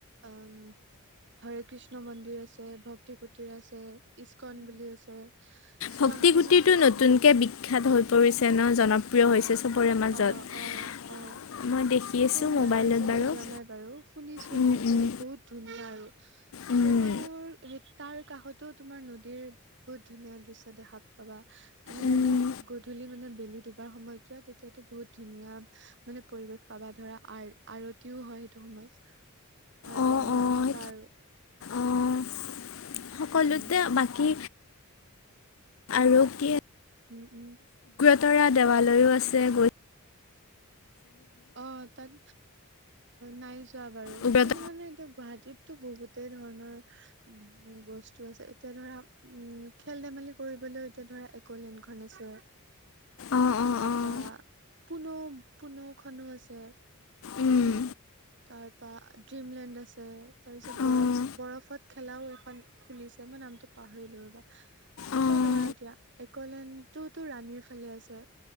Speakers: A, on the right; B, on the left.
A: অহ হৰে কৃষ্ণ মন্দিৰ আছে ভক্তিকুটীৰ আছে, ইস্কন বুলি আছে। ইস্কন
B: ভক্তিকুটীৰ
A: খনত
B: টো
A: গৈছো
B: নতুনকে
A: মই
B: বিখ্যাত হৈ পৰিছে ন? জনপ্ৰিয়
A: অ
B: হৈছে চবৰে মাজত।
A: অ অ অ
B: মই দেখি
A: কিন্তু
B: আছোঁ
A: মই
B: মোবাইলত
A: আজিলৈ
B: বাৰু
A: যোৱা নাই বাৰু। শুনিছোঁহে
B: উম,
A: যে
B: উম,
A: বহুত ধুনীয়া আৰু।
B: উম,
A: সেইখনোৰ তাৰ কাষতো তোমাৰ নদীৰ বহুত ধুনীয়া দৃশ্য দেখা পাবা। তুমি
B: উম,
A: যদি গধূলি মানে বেলি বা সময়ত যোৱা তেতিয়াতো বহুত ধুনীয়া মানে, পৰিবেশ পাবা ধৰা আৰ আৰতিও হয় সেইটো সময়ত। <unintelligible> আৰতি
B: অঁ
A: সময়তটো
B: অঁ
A: পাবা আৰু
B: অঁ সকলোতে
A: উম
B: বাকী আৰু কি
A: উম- উম
B: তৰা দেৱালয়ো আছে গৈ
A: অহ, তাত নাই যোৱা বাৰু
B: উগ্ৰত
A: কিন্তু মানে এতিয়া গুৱাহাটীত তো বহুতেই ধৰণৰ উম বস্তু আছে এতিয়া ধৰা উম খেল -ধেমালি কৰিব বলৈ এতিয়া ধৰা একোলেণ্ডখন আছে।
B: অঁ
A: তাৰপা
B: অঁ অঁ
A: পুনো - পুনোক খনো আছে
B: উম,
A: পোনো বা ড্ৰিমলেণ্ড আছে তাৰ পিছত
B: অঁ
A: বৰফ -বৰফত খেলাও এখন খুলিছে মই নামটো পাহৰিলো ৰবা। এনেকুৱা
B: অঁ
A: ধৰা এতিয়া একলেণ্ডটোতো ৰাণীৰ ফালে আছে